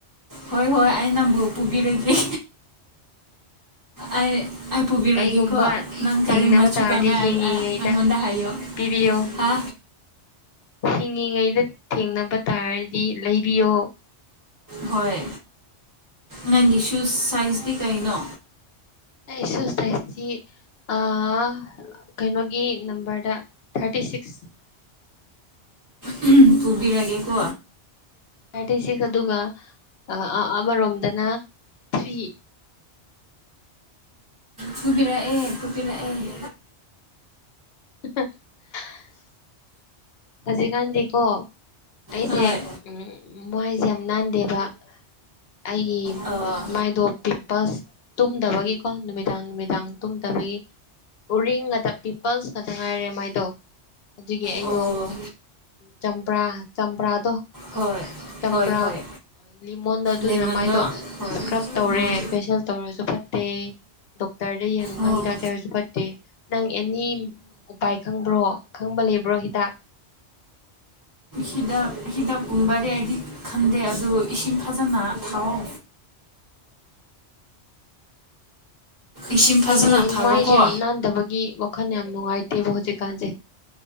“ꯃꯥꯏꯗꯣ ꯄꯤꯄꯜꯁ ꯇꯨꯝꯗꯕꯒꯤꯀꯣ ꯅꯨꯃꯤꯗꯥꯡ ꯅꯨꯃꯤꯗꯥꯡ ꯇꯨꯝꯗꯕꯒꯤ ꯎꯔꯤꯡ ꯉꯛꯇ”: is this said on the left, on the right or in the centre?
Left